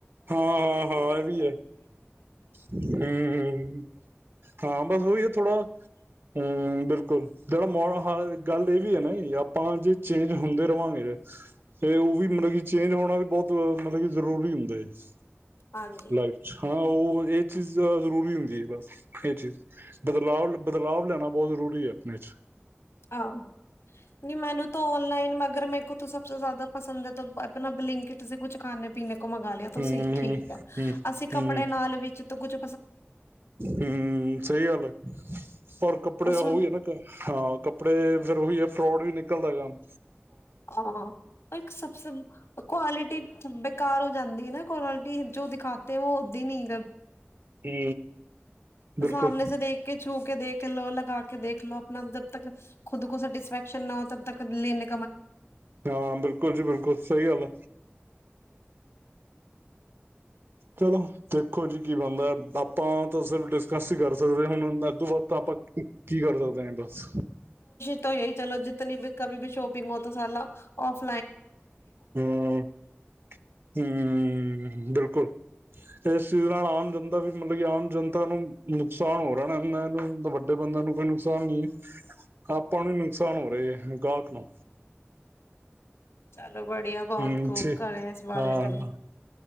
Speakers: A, on the right; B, on the left.
A: ਹਾਂ-ਹਾਂ-ਹਾਂ, ਇਹ ਵੀ ਹੈ ਹੂੰ, ਹਾਂ ਬਸ ਉਹੀ ਹੈ ਥੋੜਾ ਹੂੰ ਬਿਲਕੁਲ ਜਿਹੜਾ ਮਹੋਲ ਗੱਲ ਇਹ ਵੀ ਹੈ ਨਾ ਆਪ ਆਪਾਂ ਜੇ ਚੇਂਜ ਹੁੰਦੇ ਰਹਾਂਗੇ। ਤੇ, ਤੇ ਉਹ ਵੀ ਮਤਲਬ ਕਿ ਚੇਂਜ ਹੋਣਾ ਵੀ ਬਹੁਤ ਮਤਲਬ ਕਿ ਜ਼ਰੂਰੀ ਹੁੰਦੇ ਹੈ ਹ
B: ਹਾਂਜੀ
A: ਲਾਈਫ ਚ ਹਾਂ ਉਹ ਇਹ ਚੀਜ਼ ਜ਼ਰੂਰੀ ਹੁੰਦੀ ਹੈ ਬਸ ਇਹ ਚੀਜ਼ ਬਦਲਾਵ ਬਦਲਾਵ ਲੈਣਾ ਬਹੁਤ ਜ਼ਰੂਰੀ ਹੈ ਆਪਣੇ 'ਚ
B: ਹਾਂ ਨਹੀਂ ਮੈਨੂੰ ਤਾਂ ਔਨਲਾਈਨ ਮਗਰ ਮੈ ਕੋ ਸਬ ਤੋਂ ਜ਼ਿਆਦਾ ਪਸੰਦ ਹੈ ਆਪਣਾ ਬਲਿੰਕਟ ਕੁੱਛ ਖਾਣੇ ਪੀਣੇ ਕੋ ਮੰਗਵਾ ਲਿਆ ਤੁਸੀਂ
A: ਹੂੰ ਹੂੰ
B: ਠੀਕ ਹੈ ਅਸੀਂ ਕੱਪੜੇ
A: ਹੂੰ
B: ਨਾਲ ਵਿੱਚ ਤੋਂ ਕੁਝ
A: ਹੂੰ ਸਹੀ ਗੱਲ ਪਰ ਕੱਪੜੇ
B: ਉਸ
A: ਉਹੀ ਹੈ ਨਾ ਹਾਂ ਕੱ ਕੱਪੜੇ ਫੇਰ ਉਹੀ ਹੈ ਫਰੋਡ ਵੀ ਨਿਕਲਦਾ ਕੰਮ
B: ਹਾਂ ਸਭ ਕੁਵਾਲਿਟੀ ਬੇਕਾਰ ਹੋ ਜਾਂਦੀ ਹੈ ਨਾ ਕੁਆਲਿਟੀ ਜੋ ਦਿਖਾਤੇ ਹੈ ਵੋ ਹੁੰਦੀ ਨੀ
A: ਹੂੰ ਬਿਲਕੁਲ
B: ਸਾਮ੍ਹਣੇ ਦੇ ਦੇਖ ਕੇ ਛੂ ਕੇ ਦੇਖ ਲੋ ਲੱਗ ਕੇ ਦੇਖ ਲੋ ਆਪਣਾ ਜਬ ਤੱਕ ਖੁਦ ਕੋ ਸੈਟਿਸਫੈਕਸ਼ਨ ਨਾ ਹੋ ਤਬ ਤੱਕ ਲੈਣੇ
A: ਹਾਂ ਬਿਲਕੁਲ ਜੀ ਬਿਲਕੁਲ ਸਹੀ ਗੱਲ ਆ ਚਲੋ ਦੇਖੋ ਜੀ ਕੀ ਬਣਦਾ ਹੈ ਆਪਾਂ ਤਾਂ ਸਿਰਫ ਡਿਸਕਸ ਹੀ ਕਰ ਸਕਦੇ ਹੁਣ ਉਸ ਤੋਂ ਬਾਅਦ ਤਾਂ ਆਪਾਂ ਕੀ ਕਰ ਸਕਦੇ ਆ ਬਸ
B: ਤਾ ਏਹ ਚਲੋ ਜਿੱਤਨੀ ਬੀ ਕਭੀ ਭੀ ਸ਼ੋਪਿੰਗ ਹੋ ਤੋ ਸਾਲਾ ਔਫ
A: ਹੂੰ ਹੂੰ, ਬਿਲਕੁਲ ਇਸ ਚੀਜ਼ ਨਾਲ ਆਮ ਜਨਤਾ ਵੀ ਮਤਲਬ ਕਿ ਆਮ ਜਨਤਾ ਨੂੰ ਨੁਕਸਾਨ ਹੋ ਰਿਹਾ ਐਨਾਂ ਨੂੰ ਵੱਡੇ ਬੰਦਾ ਨੂੰ ਤੇ ਨੁ ਨੁਕਸਾਨ ਨੀ ਆਪਾਂ ਨੂੰ ਈ ਨੁਕਸਾਨ ਹੋ ਰਹੇ ਐ। ਗਾਹਕ ਨੂੰ।
B: ਚਲੋ ਬੜੀਆ ਬਹੁਤ
A: ਹੂੰ
B: ਖੂਬ
A: ਠੀਕ
B: ਕਰੇ ਇਸ ਬਾਰੇ
A: ਹਾਂ
B: ਗੱਲ